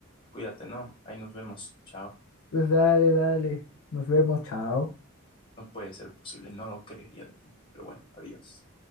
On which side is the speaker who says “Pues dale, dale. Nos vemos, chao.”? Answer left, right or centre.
Left